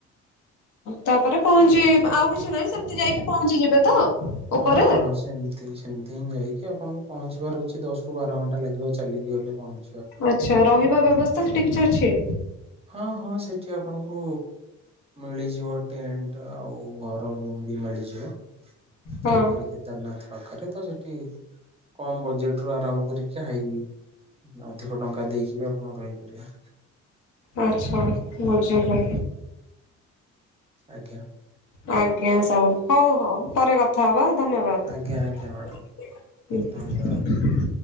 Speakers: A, on the left; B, on the right.
A: ତାପରେ ପହଞ୍ଚି ଆଉ କିଛି ନାହିଁ ସେମିତି ଯାଇକି ପହଞ୍ଚିଯିବେ ତ ଉପରେ
B: ହଁ ହଁ ସେମିତି ସେମିତି ହିଁ ଯାଇକି ଆପଣଙ୍କୁ ପହଞ୍ଚିବାର ଅଛି ଦଶ ରୁ ବାର ଘଣ୍ଟା ଲାଗିବ। ଚାଲିକି ଗଲେ ପହଞ୍ଚି
A: ଆଛା ରହିବା ବ୍ୟବସ୍ଥା ସେଠି କିଛି ଅଛି?
B: ହଁ ହଁ ସେଠି ଆପଣଙ୍କୁ ମିଳିଯିବ ଟେଣ୍ଟ ଆଉ ଘର ରୁମ ବି ମିଳିଯିବ।
A: ହଁ
B: ଉପରେ କେଦାରନାଥ ପାଖରେ ତ ସେଠି କମ ବଜେଟ ରୁ ଆରମ୍ଭ କରିକି ହାଇ ଅଧିକ ଟଙ୍କା ଦେଇକି ବି ଆପଣ ରହିପାରିବେ।
A: ଆଚ୍ଛା ବୁଝିଲି।
B: ଆଜ୍ଞା।
A: ଆଜ୍ଞା ସାର୍ ହଉ ହଉ ପରେ କଥା ହବା। ଧନ୍ୟବାଦ।
B: ଆଜ୍ଞା ଆଜ୍ଞା ମ୍ୟାଡ଼ାମ ଧନ୍ୟବାଦ।